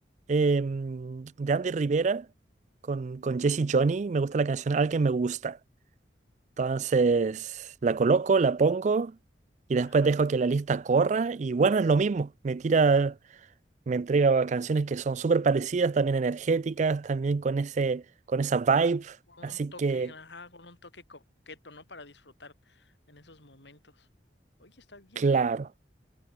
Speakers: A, on the right (about 40°); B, on the left (about 75°).
A: em, de Andy Rivera con, con Jesse Johnny, me gusta la canción Alguien me gusta. Entonces, la coloco, la pongo, y después
B: Ajá.
A: dejo que la lista corra, y bueno, es lo mismo, me tira me entrega canciones que son súper parecidas, también energéticas, también con ese, con esa vibe.
B: Con
A: Así
B: un toque,
A: que,
B: ajá, con un toque coqueto, ¿no? Para disfrutar en esos momentos. Oye, está bien,
A: claro.
B: ¿eh?